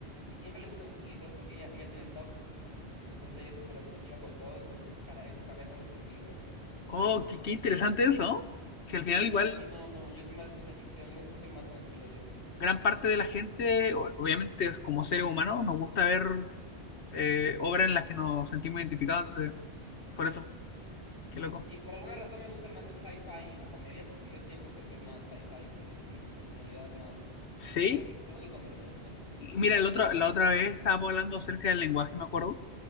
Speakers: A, on the left; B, on the left.
A: Y siempre le gustan esas películas porque ella, ella tiene TOC, entonces ella es súper obsesiva con todo, entonces para, en su cabeza hace sentido eso.
B: Oh,
A: Pero
B: qué, qué interesante eso. ¿no? Si
A: sí,
B: al final
A: a mí,
B: igual
A: a mí no, no, yo soy más de ciencia ficción, en eso soy más tranquilo yo.
B: gran
A: No
B: parte
A: me gusta.
B: de la gente, o- obviamente es como seres humanos, nos gusta ver eh, obras en las que nos sentimos identificados, entonces, por eso, qué loco.
A: Sí, por alguna razón me gusta más el sci-fi y la comedia porque yo siento que soy más sci-fi y comedia. Mi, mi personalidad es más
B: Sí.
A: ciencia ficción y comedia. <laughs>
B: Y mira, el otro, la otra vez estábamos hablando acerca del lenguaje, me acuerdo.